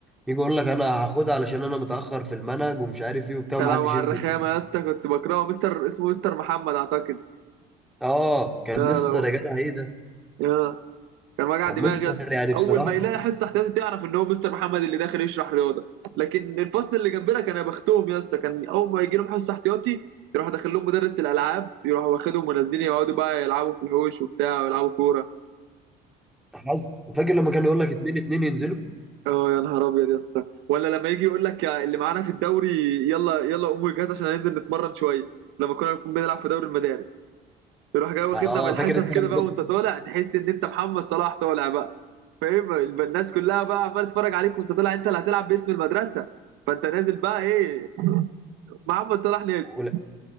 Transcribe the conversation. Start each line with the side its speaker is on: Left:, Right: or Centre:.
Centre: يجي يقول لك انا هاخدها علشان انا متاخر في المنهج ومش عارف ايه وبتاع ومحدش
Right: يا لو على
Centre: ينزل
Right: الرخامة يا اسطى كنت بكرهه مستر اسمه مستر محمد أعتقد
Centre: اه كان
Right: يا
Centre: مستر
Right: لو
Centre: يا جدع ايه ده
Right: يا كان وجع
Centre: كان
Right: دماغي
Centre: مستر
Right: يا اسطى
Centre: يعني بصراحه
Right: أول ما يلاقي حصة احتياطي تعرف إن هو مستر محمد اللي داخل يشرح رياضة لكن الفصل اللي جنبنا كان يبختهم يا اسطى كان أول ما يجي لهم حصة احتياطي يروح داخل لهم مدرس الألعاب يروح واخدهم ونازلين يقعدوا بقى يلعبوا في الحوش وبتاع ويلعبوا كورة
Centre: حظ فاكر لما كان يقول لك اتنين اتنين ينزلوا
Right: اه يا نهار ابيض يا اسطى ولا لما يجي يقول لك يا اللي معانا في الدوري يلا يلا قوموا الجهاز عشان هننزل نتمرن شويه لما كنا بنكون بنلعب في دوري المدارس يروح جاي واخدنا
Centre: اه
Right: من الحصص
Centre: فاكر انت
Right: كده
Centre: لما
Right: بقى وانت طالع تحس ان انت محمد صلاح طالع بقى فاهم يبقى الناس كلها بقى عماله تتفرج عليك وانت طالع انت اللي هتلعب باسم المدرسه فانت نازل بقى ايه محمد صلاح نازل
Centre: كنت